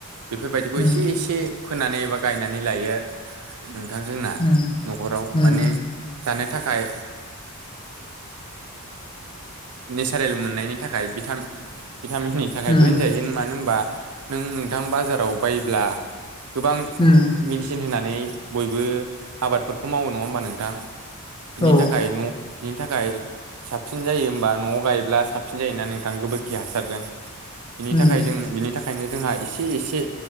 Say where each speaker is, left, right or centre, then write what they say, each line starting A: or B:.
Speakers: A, on the right; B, on the left.
A: बेफोरबायदिखौ
B: उम
A: एसे एसे फोनानै एबा गायनानै लायो नोंथां जोंना
B: उम
A: न'खराव
B: उम
A: माने जानो थाखाय नेचारेल मोननायनि थाखाय भिटामिननि थाखायबो
B: उम
A: होनजायो मानो होनबा नों नोंथां बाजाराव बायोब्ला गोबां
B: उम
A: मेडिसिन होनानै बयबो आबादफोरखौ मावो नङा होमबा नोंथां बिनि
B: औ
A: थाखाय न' नि थाखाय साबसिन जायो होमबा न'आव गायोब्ला साबसिन जायोना नोंथां गोबोरखि हासारजों बिनि
B: उम
A: थाखाय जों बिनि थाखायनो जोंहा एसे एसे